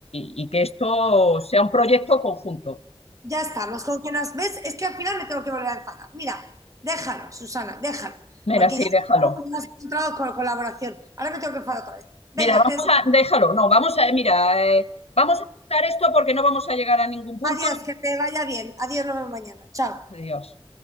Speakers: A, on the left; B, on the right.
A: y, y que esto sea un proyecto conjunto.
B: ya estamos. Con que nos ves, es que al final me tengo que volver a enfadar. Mira, déjalo, Susana, déjalo,
A: Mira,
B: porque
A: sí,
B: ya
A: déjalo.
B: has encontrado con colaboración. Ahora me tengo que enfadar otra vez. Venga,
A: Mira, vamos
B: te dejo
A: a, déjalo, no, vamos a, mira, eh, vamos a quitar esto porque no vamos a llegar a ningún punto.
B: Adiós, que te vaya bien. Adiós, nos vemos mañana. Chao.
A: Dios.